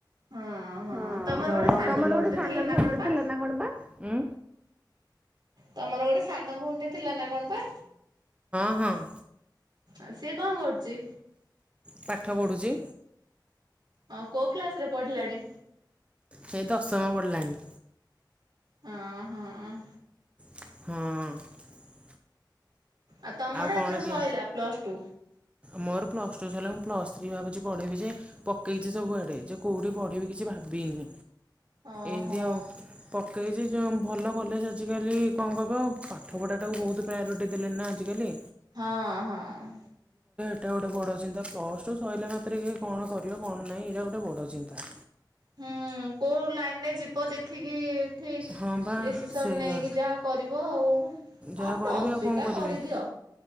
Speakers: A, on the right (about 65°); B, on the right (about 15°).
A: ହଁ
B: ହଁ
A: ତମର
B: ଜର
A: ଗୋଟେ ସାନ
B: ହଉଥିଲା
A: ଭଉଣୀଟେ
B: ଜେ
A: ଥିଲା ନା କଣ ବା?
B: ହୁଁ?
A: ତମର ଗୋଟେ ସାନ ଭଉଣୀ ଟେ ଥିଲା ନା କଣ ପା?
B: ହଁ
A: ଆଉ ସିଏ କଣ କରୁଚି?
B: ପାଠ ପଢୁଚି।
A: ହଁ କୋଉ କ୍ଳାସ୍ ରେ ପଢିଲାଣି?
B: ସେଇ ଦଶମ ପଢିଲାଣି।
A: ହଁ ହଁ।
B: ହଁ।
A: ଆଉ ତମର
B: କଣ
A: ଏଥର
B: କି
A: ସଇଲା ପ୍ଲସ୍ ଟୁ।
B: ମୋର ପ୍ଲସ ଟୁ ସଇଲା ମୁଁ ପ୍ଲସ୍ ଥ୍ରୀ ଭାବୁଚି ପଢ଼ିବି ଯେ ପକେଇଚି ସବୁଆଡେ ଯେ କୋଉଠି ପଢିବି କିଛି ଭାବିନି।
A: ଓହୋ
B: ଏନ୍ତିଆଉ ପକେଇଚି ଯେଉଁ ଭଲ କଲେଜ ଆଜିକାଲି କଣ କହିବ ପାଠପଢ଼ାଟାକୁ ବହୁତ ପ୍ରାୟୋରିଟି ଦେଲେ ନା। ଆଜି କାଲି
A: ହଁ ହଁ।
B: ଏଇଟା ଗୋଟେ ବଡ ଚିନ୍ତା ପ୍ଲସଟୁ ସରିଲା ମାତ୍ରେ କେ କଣ କରିବ କଣ ନାଇଁ ଏଇଟା ଗୋଟେ ବଡ ଚିନ୍ତା।
A: ହୁଁ କୋଉ ଲାଇନ୍ ରେ ଯିବ ଦେଖିକି ଠିକ୍
B: ହଁ ବା
A: ଡିସିସନ୍
B: ସେଇଆ
A: ନେଇକି ଯାହା କରିବ ଆଉ ହଁ
B: ଯାହା
A: ପ୍ଲସ୍
B: କରିବି
A: ଥ୍ରୀଟା
B: ଆଉ କଣ କରିବି
A: କରିଦିଅ।